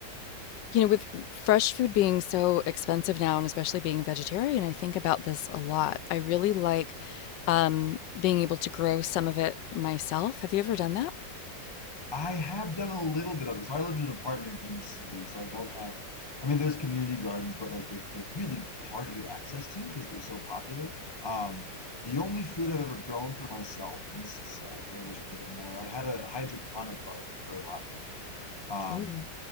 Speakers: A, on the left (about 80°); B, on the left (about 20°).
A: You know, with fresh food being so expensive now, and especially being a vegetarian, I think about this a lot. I really like um, being able to grow some of it myself. Have you ever done that?
B: I have done a little bit of it. So I live in an apartment in a city, so I don't have. I mean, there's community gardens, but like they're they're really hard to get access to because they're so popular. Um, the only food I've ever grown for myself, and this is sad because I wish I'd done it more. I had a hydroponic garden for a hot minute, um,
A: Oh,